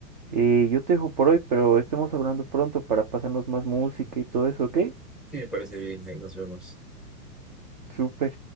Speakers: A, on the right (about 30°); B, in the centre.
A: Eh, yo te dejo por hoy, pero estemos hablando pronto para pasarnos más música y todo eso, ¿ok?
B: sí, me parece bien. Ahí nos vemos.
A: Súper.